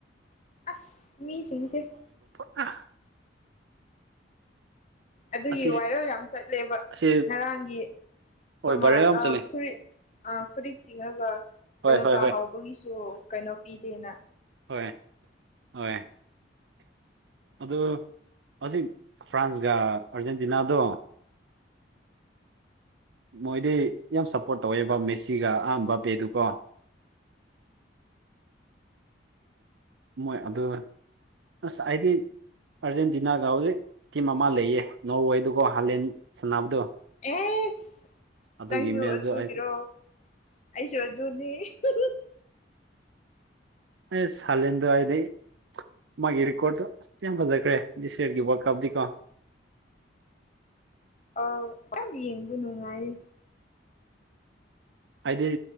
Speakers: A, on the left; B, on the right.
A: ꯑꯥꯁ ꯃꯤ ꯁꯤꯡꯁꯦ
B: ꯑꯥ
A: ꯑꯗꯨꯒꯤ
B: ꯑꯁꯤ
A: ꯚꯥꯏꯔꯦꯜ ꯌꯥꯝ ꯆꯠꯂꯦꯕꯥ
B: ꯑꯁꯤ
A: ꯉꯔꯥꯡꯒꯤ
B: ꯍꯣꯏ
A: ꯑꯃꯥ
B: ꯕꯥꯔꯦꯜ ꯌꯥꯝ
A: ꯑꯥ
B: ꯆꯠꯂꯦ
A: ꯐꯨꯔꯤꯠ ꯑꯥ ꯐꯨꯔꯤꯠ ꯆꯤꯡꯉꯒꯥ
B: ꯍꯣꯏ
A: ꯀꯩꯅꯣ
B: ꯍꯣꯏ
A: ꯇꯥꯍꯧꯕꯒꯤꯁꯨ
B: ꯍꯣꯏ
A: ꯀꯩꯅꯣ ꯄꯤꯗꯦꯅꯥ
B: ꯍꯣꯋꯦ ꯍꯣꯋꯦ ꯑꯗꯨ ꯍꯧꯖꯤꯛ ꯐ꯭ꯔꯥꯟꯁꯒꯥ ꯑꯥꯔꯖꯦꯟꯇꯤꯅꯥꯗꯣ ꯃꯣꯏꯗꯤ ꯌꯥꯝ ꯁꯞꯄꯣꯔꯠ ꯇꯧꯋꯦꯕꯥ ꯃꯦꯁꯤꯒꯥ ꯑꯍꯥꯟꯕꯥ ꯄꯦꯗꯨꯀꯣ ꯃꯣꯏ ꯑꯗꯨ ꯑꯥꯁ ꯑꯩꯗꯤ ꯑꯥꯔꯖꯦꯟꯇꯤꯅꯥꯒ ꯍꯧꯖꯤꯛ ꯇꯤꯝ ꯑꯃꯥ ꯂꯩꯌꯦ ꯅꯣꯔꯋꯦꯗꯨꯒꯥ ꯍꯥꯂꯦꯟ ꯁꯥꯟꯅꯕꯗꯣ
A: ꯏꯁ
B: ꯑꯗꯨꯒꯤ
A: ꯅꯪꯖꯨ
B: ꯃꯦꯠꯁꯇꯣ
A: ꯑꯗꯨꯒꯤꯔꯣ
B: ꯑꯩꯗꯤ
A: ꯑꯩꯖꯨ ꯑꯗꯨꯅꯤ ꯍꯨ ꯍꯨ <inaudible>
B: ꯑꯦꯁ ꯍꯥꯂꯤꯟꯗꯣ ꯑꯩꯗꯤ ꯃꯥꯒꯤ ꯔꯤꯀꯣꯔꯠꯇꯣ ꯑꯥꯁ ꯊꯤꯅꯥ ꯐꯖꯈ꯭ꯔꯦ꯫ ꯔꯒꯤ ꯋꯥꯔꯜ ꯀꯞꯇꯤ ꯀꯣ
A: ꯑꯣ ꯌꯥꯝ ꯌꯦꯡꯕꯥ ꯅꯨꯡꯉꯥꯏꯌꯦ
B: ꯑꯩꯗꯤ